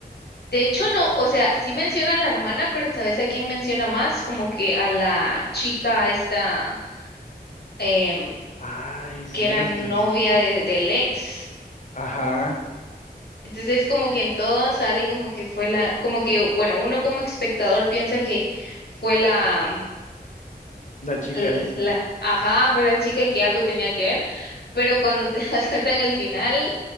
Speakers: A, on the left; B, on the left.
A: De hecho, no, o sea, sí menciona a la hermana, pero ¿sabes a quién menciona más? Como que a la chica esta, em,
B: Ah, es cierto.
A: que era novia
B: ¿no?
A: de- del ex.
B: Ajá,
A: Entonces como que en todas sale como que fue la, como que, bueno, uno como espectador piensa que fue la,
B: la chica
A: l-
B: esa.
A: la, ajá, fue la chica y que algo tenía que ver, pero cuando te <laughs> das cuenta en el final,